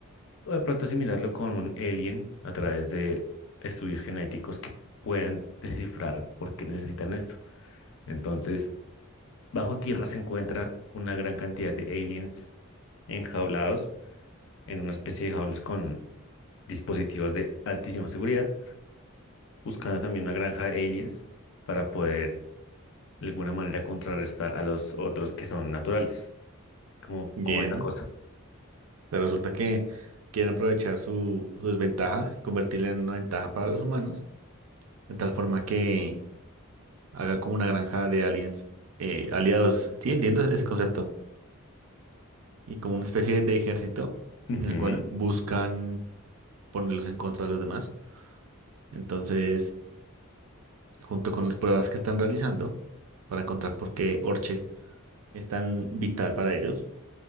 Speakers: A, on the left; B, on the right.
A: o de pronto asimilarlo con un alien a través de estudios genéticos que puedan descifrar por qué necesitan esto. Entonces, bajo tierra se encuentra una gran cantidad de aliens enjaulados en una especie de jaulas con dispositivos de altísima seguridad, buscando también una granja de aliens para poder de alguna manera contrarrestar a los otros que son naturales. ¿Cómo,
B: Bien.
A: cómo es la cosa?
B: Pero resulta que quieren aprovechar su, su desventaja, convertirla en una ventaja para los humanos, de tal forma que hagan como una granja de aliens eh, aliados. Sí, entiendo ese concepto. Y como una especie de ejército
A: Ujú,
B: en el cual buscan ponerlos en contra de los demás. Entonces, junto con las pruebas que están realizando para encontrar por qué Orche es tan vital para ellos,